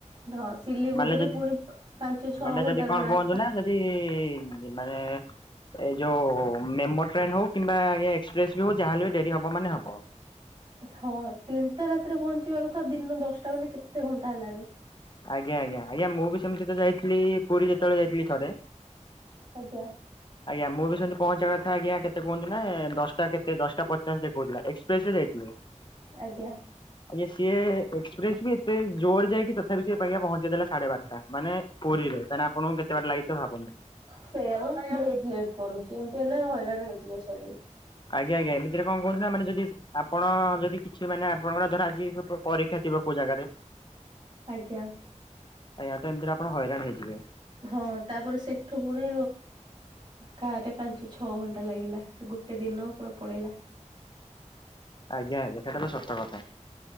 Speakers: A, on the right; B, on the left.
A: ହଁ ସିଲିଗୁଡିରୁୁ
B: ମାନେ ଯଦି
A: ପୁଣି ପ ପାଞ୍ଚ ଛଅ
B: ମାନେ
A: ଘଣ୍ଟା
B: ଯଦି କଣ
A: ର ରା
B: କୁହନ୍ତୁ ନା ଯଦି ମାନେ ଏଇ ଯୋଉ ମେମୋ ଟ୍ରେନ ହଉ କିମ୍ବା ଏକ୍ସପ୍ରେସ ବି ହଉ ଯାହାହେଲେ ବି ଡେରି ହବ ମାନେ ହବ।
A: ହଁ ତିନିଟା ରାତିରେ ପହଞ୍ଚିବା କଥା ଦିନ ଦଶଟା ମାନେ କେତେ ଘଣ୍ଟା ହେଲାଣି।
B: ଆଜ୍ଞା ଆଜ୍ଞା। ଆଜ୍ଞା ମୁଁ ବି ସେମତି ତ ଯାଇଥିଲି ପୁରୀ ଯେତେବେଳେ ଯାଇଥିଲି ଥରେ।
A: ଆଜ୍ଞା।
B: ଆଜ୍ଞା ମୁଁ ବି ସେମିତି ପହଞ୍ଚିବା କଥା ଆଜ୍ଞା କେତେ କୁହନ୍ତୁ ନା ଦଶଟା କେତେ ଦଶଟା ପଚାଶ ଦେଖଉଥିଲା। ଏକ୍ସପ୍ରେସ ରେ ଯାଇଥିଲୁ। <inaudible>
A: ଆଜ୍ଞା।
B: ଆଜ୍ଞା ସିଏ ଏକ୍ସପ୍ରେସ ବି ଏତେ ଜୋର ଯାଇକି ତଥାପି ସିଏ ଆଜ୍ଞା ପହଞ୍ଚି ଦେଲା ସାଢେ ବାରଟା ମାନେ ପୁରୀରେ। ତାହାଲେ ଆପଣଙ୍କୁ କେତେ ବାଟ ଲାଗିଥିବ ଭାବନ୍ତୁ।
A: ସେଇଆ ଆଉ ବହୁତ ଲେଟ କରୁଚି। ଏମିତି ହେଲେ ହଇରାଣ ହେଇଯିବେ ସବୁ।
B: ଆଜ୍ଞା ଆଜ୍ଞା। ଏମିତିରେ କଣ କହୁଚୁ ନା ମାନେ ଯଦି ଆପଣ ଯଦି କିଛି ମାନେ ଆପଣଙ୍କର ଧର ଆଜି ପ ପରୀକ୍ଷା ଥିବ କୋଉ ଜାଗାରେ
A: ଆଜ୍ଞା।
B: ଆଜ୍ଞା। ତ ଏମତିରେ ଆପଣ ହଇରାଣ ହେଇଯିବେ।
A: ହଁ ତାପରେ ସେଠୁ ପୁଣି କାରରେ ପାଞ୍ଚ ଛଅ ଘଣ୍ଟା ଲାଗିଲା ସେ ଗୋଟେ ଦିନ ପୁରା ପଳେଇଲା।
B: ଆଜ୍ଞା ଆଜ୍ଞା ସେଟା ତ ସତ କଥା।